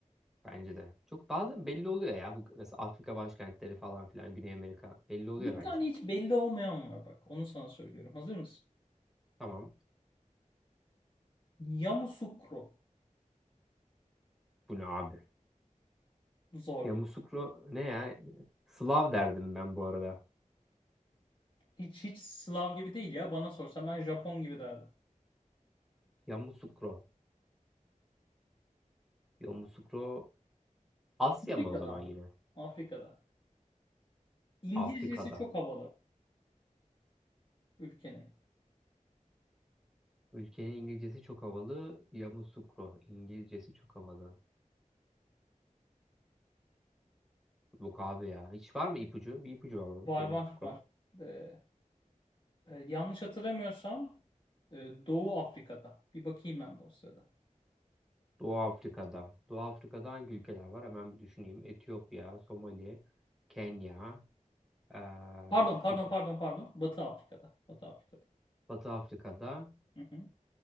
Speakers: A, in the centre; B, on the left.
A: Bence de. Çok bazen belli oluyor ya. Bu, mesela Afrika başkentleri falan filan Güney Amerika belli oluyor
B: Bir
A: bence.
B: tane hiç belli olmayan var bak. Onu sana söylüyorum. Hazır mısın?
A: Tamam.
B: Yamoussoukro.
A: Bu ne abi?
B: Zor
A: Yamoussoukro
B: ya.
A: ne ya? Slav derdim ben bu arada.
B: Hiç hiç Slav gibi değil ya. Bana sorsan ben Japon gibi derdim.
A: Yamoussoukro. Yamoussoukro Asya
B: Afrika'da
A: mı o zaman
B: ama.
A: yine?
B: Afrika'da. İngilizcesi
A: Afrika'da.
B: çok havalı ülkenin.
A: Ülkenin İngilizcesi çok havalı. Yamoussoukro. İngilizcesi çok havalı. Yok abi ya. Hiç var mı ipucu? Bir ipucu alalım.
B: Var
A: Yamoussoukro.
B: var var. Ee, e, yanlış hatırlamıyorsam e, Doğu Afrika'da. Bir bakayım ben de o sırada.
A: Doğu Afrika'da. Doğu Afrika'da hangi ülkeler var? Hemen bir düşüneyim. Etiyopya, Somali, Kenya, eee
B: Pardon pardon
A: Cibu-
B: pardon pardon. Batı Afrika'da. Batı Afrika'da.
A: Batı Afrika'da,
B: Hı hı.